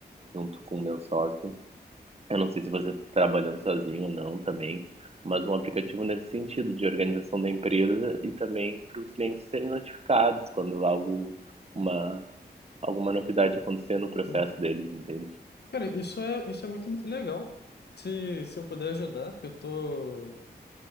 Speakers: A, on the right; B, on the left.
A: junto com o meu sócio eu não sei se você tá trabalhando sozinho ou não também, mas um aplicativo nesse sentido, de organização da empresa e também para os clientes serem notificados quando algo, uma, alguma novidade acontecer no processo
B: uhum.
A: deles, entende?
B: Cara, isso é, isso é muito legal. Se, se eu puder ajudar, eu tô.